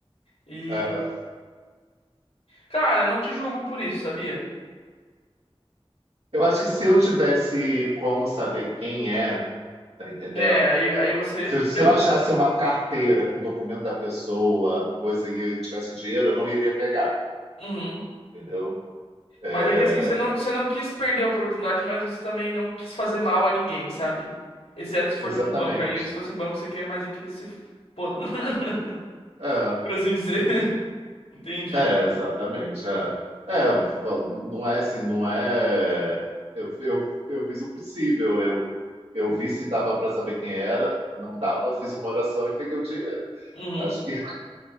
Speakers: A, on the left; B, on the right.
A: E,
B: É,
A: cara, eu não te julgo por isso, sabia?
B: eu acho que se eu tivesse como saber quem é, tá entendendo?
A: É, aí, aí você.
B: Se eu, se
A: eu-
B: eu achasse uma carteira com documento da pessoa, coisa e eu tivesse o dinheiro, eu não iria pegar,
A: Uhum.
B: entendeu? É,
A: Mas é que É, assim, você não, você não quis perder a oportunidade, mas você também não quis fazer mal a ninguém, sabe? Exceto se for
B: exatamente.
A: tipo, um banco. Aí, se fosse um banco, você quer mais aquele se fodam, <laughs>
B: É,
A: por assim dizer. <laughs> Entendi.
B: é, exatamente. É, É, v- não é assim, não é. Eu, eu, eu fiz o possível. Eu, eu vi se dava para saber quem era, não dava, fiz uma oração e peguei o dinheiro.
A: Uhum.
B: Acho que,